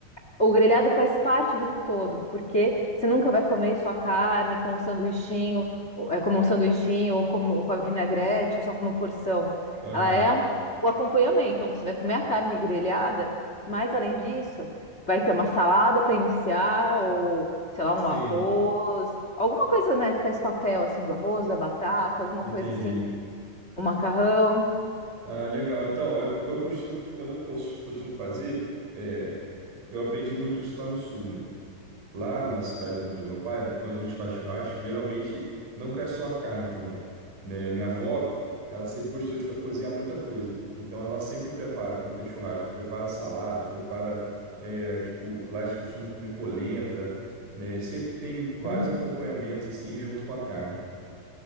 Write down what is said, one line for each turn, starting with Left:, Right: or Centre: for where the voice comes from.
Left: o grelhado faz parte do todo, porque você nunca vai comer sua carne com um sanduichinho, ou- é, como um sanduichinho, ou, como, ou com a vinagrete, ou só como porção.
Right: aham.
Left: Ela é um, o acompanhamento, então você vai comer a carne grelhada, mas além disso, vai ter uma salada para iniciar, ou sei lá,
Right: Sim,
Left: um arroz, alguma coisa, né, que faz papel assim do arroz, da batata, alguma
Right: entendi.
Left: coisa assim, um macarrão.
Right: Ah, legal. Então, eu, eu costumo, quando eu cos- costumo fazer, é, eu aprendi muito isso lá no sul, né? Lá na cidade do do meu pai, quando a gente faz churrasco, geralmente não é só a carne também. né? Minha avó, ela sempre gostou de fa- cozinhar muita coisa. Então ela sempre prepara, quando tem churrasco, prepara saladas, prepara, é, tipo, lá eles costumam comer polenta, né? Sempre tem vários
Left: Hum,
Right: acompanhamentos assim junto com a carne.